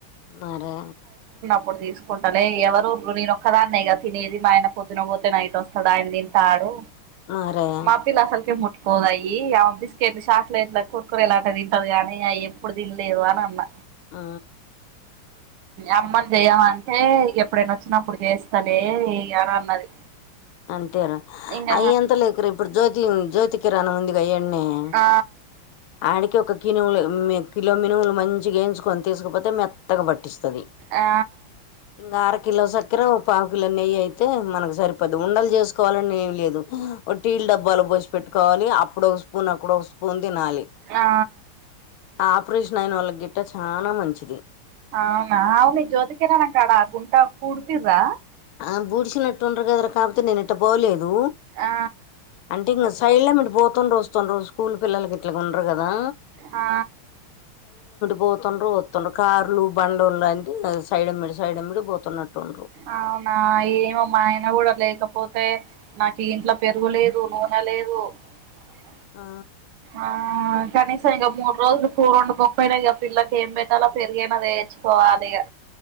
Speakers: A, on the left (about 80°); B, on the right (about 80°).
A: మరే
B: ఇప్పుడు తీసుకుంటనే ఎవరు ఇప్పుడు ఒక్కదానే గా తినేది మా ఆయన పొద్దున పోతే నైట్ వస్తంది ఆయన దీని తాడు
A: మరే
B: మాపిల్ అస్సలాకే పోదయి అమ బిస్కెట్లు చాక్లెట్ల కుర్కురు ఇలా తింటదు గానీ అవి ఎప్పుడు తినలేదు అని అన్నా
A: ఆ
B: అప్పాలు చెయమంటే ఎప్పుడైనా వచ్చినా అప్పుడు చేస్తలే అని అన్నది
A: అంటేరా
B: ఇంగ
A: అయ ఎంత లే ఇక్కర ఇప్పుడు జ్యోతి జ్యోతికిిరాణం ఉందిగా ఇనెయ్
B: ఆ
A: అడికి ఒక కినువులు కిలో మనువులు మంచిగా యించుకొని తీసుకపోతే మ మెత్తగా పట్టిస్తది
B: ఆ
A: ఇంకా అర కిలో సక్కెర ఒక పావు కిలో నెయ్యి అయితే మనకు సరిపో ఉండలు చేసుకోవాలని ఏం లేదు టీలు డబ్బాలు పో పెట్టుకోవాలి అప్పుడో స్పూన్ అప్పుడో స్పూన్ తినాలి
B: ఆ
A: ఆపరేషన్ అయినా వాళ్లకి తింటే చాల మంచిది
B: అవునా అవును జ్యోతి కిరాణం కాడ గుంట పూడ్తిర్రా
A: ఆ బడిన నటుండ అద కాపుత నినుట్ట పోలేదు
B: ఆ
A: అంటే ఇంకా సైడ్ల మట్పో పోతురు వస్తుర్రు జు స్కూల్ పిల్లకి ఇట్లా ఉండరు కదా
B: ఆ
A: పోతుండ్ర వస్తుండ కార్లు బండ్లు అంటే సైడ మీడి సైడమిడి పోతున్నట్టుండుర్రు
B: అవునా ఏమో మా ఆయన కూడా లేకపోతే నాకు ఇంట్లో పెరుగులేదు నూనె లేదు అ
A: ఆ
B: ఆ కనీసం ఇంక మూడు రోజులు కూర్ ఉండకోకపోయినా ఇక పిల్లలకు ఏం పెట్టలో పెరిగనదే తెచ్చుకోవాలి ఇగా